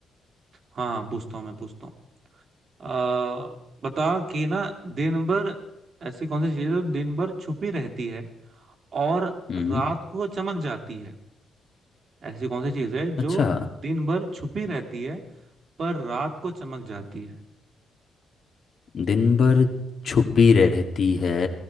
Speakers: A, on the right; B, on the left.
A: हाँ, पूछता हूँ मैं पूछता हूँ अ, बता कि ना दिन भर ऐसी कौन सी चीज है जो दिन भर छुपी रहती है और
B: हम्म
A: रात को चमक जाती है ऐसी कौन सी चीज है जो
B: अच्छा
A: दिन भर छुपी रहती है पर रात को चमक जाती है
B: दिन भर छुपी रहती है